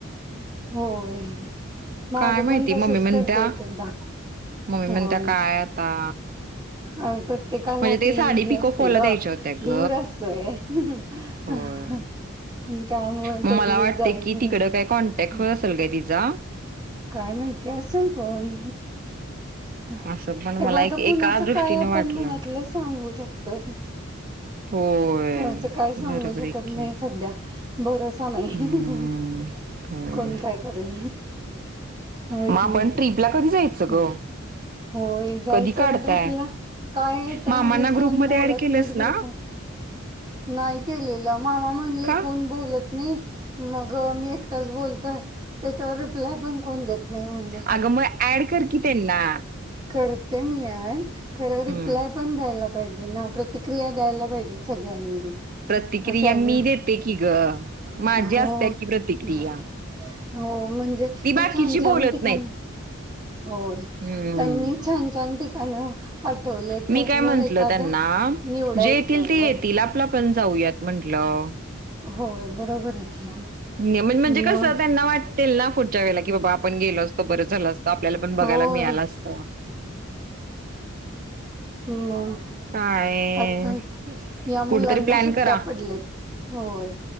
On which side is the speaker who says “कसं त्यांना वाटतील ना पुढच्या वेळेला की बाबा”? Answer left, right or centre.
Right